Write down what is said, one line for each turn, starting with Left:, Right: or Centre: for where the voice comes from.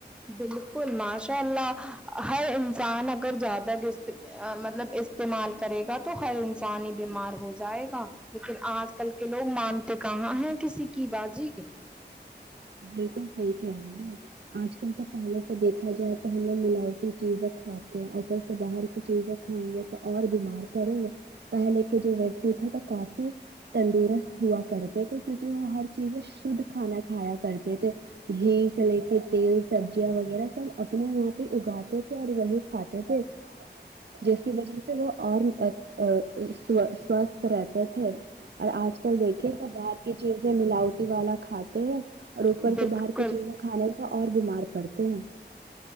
Centre: بالکل ماشاء اللہ ہر انسان اگر زیادہ گست مطلب استعمال کرے گا تو ہر انسان ہی بیمار ہو جائے گا لیکن آج کل کے لوگ مانتے کہاں ہیں کسی کی باجی
Right: بالکل صحیح کہہ دہی ہے آج کل تو پہلے سے دیکھا جائے تو ہم لوگ ملاوٹی چیزیں کھاتے ہیں اوپر سے باہر کی چیزیں کھائیں گے تو اور بیمار پڑیں گے پہلے کے جو ویکتی تھے تو کافی تندرست ہوا کرتے تھے کیونکی وہ ہر چیز میں شد کھانا کھایا کرتے تھے گھی سلے کے تیل سبزیاں وغیرہ سب اپنے یہاں پے اگاتے تھے اور وہی کھاتے تھے جس کی وجہ سے وہ اور آ آ سوا سوستھ رہتے تھے اور آج کل دیکھیے سب باہر کی چیزیں ملاوٹی والا کھاتے ہیں اور اوپر
Centre: بالکل
Right: سے باہر کی چیزیں کھانے سے اور بیمار پڑتے ہیں